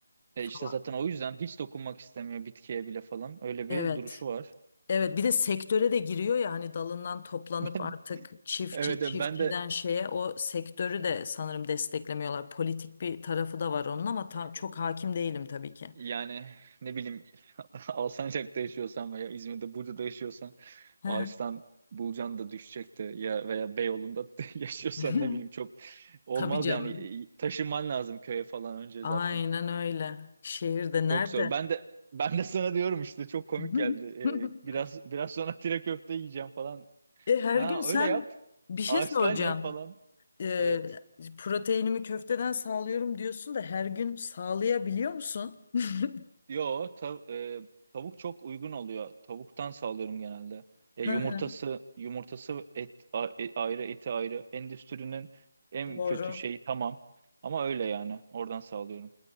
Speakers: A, on the right; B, on the left.
A: e,
B: falan.
A: işte zaten o yüzden hiç dokunmak istemiyor bitkiye bile falan. Öyle
B: Evet.
A: bir duruşu var.
B: Evet bir de sektöre de giriyor ya hani dalından toplanıp
A: <laughs>
B: artık çiftçi
A: Evet,
B: çiftçiden
A: evet ben de
B: şeye o sektörü de sanırım desteklemiyorlar. Politik bir tarafı da var onun ama
A: e,
B: ta- çok hakim değilim tabii ki.
A: Yani ne bileyim <laughs> Alsancak'ta yaşıyorsan veya İzmir'de Burca'da yaşıyorsan
B: Hı
A: ağaçtan bulcan da düşecekti ya veya Beyoğlu'nda <laughs> yaşıyorsan
B: hı.
A: ne bileyim
B: <laughs>
A: çok olmaz
B: Tabii canım.
A: yani E, taşınman lazım köye falan önce
B: Aynen
A: zaten.
B: öyle. Şehirde
A: Çok
B: nerede?
A: zor. Ben de ben de sana diyorum işte çok komik
B: <laughs>
A: geldi. E, biraz biraz sonra tire köfte yiyeceğim falan.
B: E, her
A: Ha
B: gün sen
A: öyle yap.
B: bir şey
A: Ağaçtan
B: soracağım.
A: ye falan.
B: E,
A: Evet.
B: proteinimi köfteden sağlıyorum diyorsun da her gün sağlayabiliyor musun? <laughs>
A: Yo, tav e, tavuk çok uygun oluyor. Tavuktan sağlıyorum genelde. E,
B: Hı
A: yumurtası
B: hı,
A: yumurtası et, a- e- ayrı eti ayrı. Endüstrinin en
B: Doğru,
A: kötü şeyi tamam. Ama öyle yani. Oradan sağlıyorum.